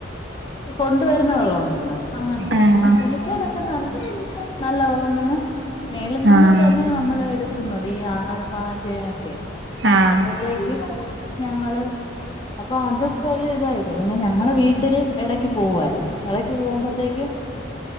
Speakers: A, on the left (about 25°); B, on the right (about 65°).
A: ഇ കൊണ്ടുവരുന്ന വെള്ളം ഉണ്ടല്ല അങ്ങനെ എടുക്കും.
B: ആഹ്
A: പിന്നെ കുളിക്കാനൊക്കെ ന നല്ല വെള്ളം പിന്നെ മേളിൽ നിന്ന്
B: ആഹ്
A: തന്നെ നമ്മൾ എടുക്കുന്നത്, ഈ ആഹാരം പാകം ചെയ്യാനൊക്കെ
B: ആഹ്
A: അപ്പത്തേക്കും ഞങ്ങള് അപ്പൊ അതൊക്കെ ഒരുതായിപ്പോ പിന്നെ ഞങ്ങളെ വീട്ടില് എടക്ക് പോവ്വായിരുന്നു. എടക്ക് പോവുമ്പത്തേക്കും